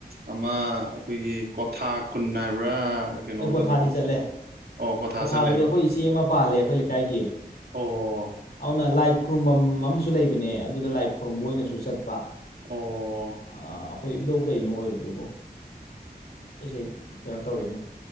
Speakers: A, on the right; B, on the left.
A: ꯑꯃ ꯑꯩꯈꯣꯏꯒꯤ ꯀꯣꯊꯥ ꯈꯨꯟ ꯍꯥꯏꯕ꯭ꯔꯥ꯫ ꯀꯩꯅꯣꯗꯨꯗꯣ
B: ꯑꯦꯀ꯭ꯋꯥꯊꯥꯗꯤ ꯆꯠꯂꯦ꯫
A: ꯑꯣ ꯀ꯭ꯋꯥꯊꯥ
B: ꯀꯣꯊꯥꯗꯗꯤ
A: ꯆꯠꯂꯦꯕ
B: ꯑꯩꯈꯣꯏ ꯏꯆꯦ ꯑꯃ ꯄꯥꯜꯂꯦ, ꯑꯩꯈꯣꯏ ꯂꯩꯀꯥꯏꯒꯤ
A: ꯑꯣ
B: ꯑꯗꯨꯅ ꯂꯥꯏ ꯈꯨꯔꯨꯝꯕꯝ ꯑꯃꯁꯨ ꯂꯩꯕꯅꯦ ꯑꯗꯨꯗ ꯂꯥꯏ ꯈꯨꯔꯨꯝꯕ ꯑꯣꯏꯅꯁꯨ ꯆꯠꯄ꯫ ꯑꯩꯈꯣꯏ
A: ꯑꯣ
B: ꯏꯕꯨꯙꯧ ꯀꯩꯅꯣ ꯑꯣꯏꯕꯗꯨꯕꯨ, ꯑꯩꯁꯦ ꯀꯩꯅꯣ ꯇꯧꯔꯤꯅꯦ